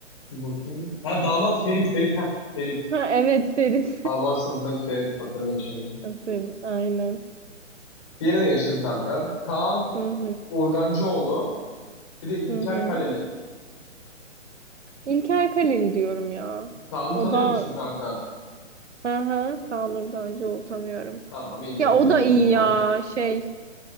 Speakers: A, on the left (about 25°); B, on the right (about 65°).
A: Bir bakayım. Ha damat Ferit, Ferit ha. Ferit.
B: Ha evet Ferit.
A: Ha babam sınıfındaki Ferit hatırladım şimdi.
B: <laughs> Hatırladım. Aynen.
A: Diğerine geçtim kanka. Kaan
B: Hı hı.
A: Urgancıoğlu. Bir de İlker
B: Hı hı.
A: Kaleli.
B: İlker Kalil diyorum ya.
A: Kaan'ı
B: O
A: tanıyor
B: da
A: musun kanka?
B: hı hı Kaan tanıyorum.
A: Tamam İlker'i
B: Ya o
A: seçtim
B: da iyi
A: o zaman.
B: ya şey.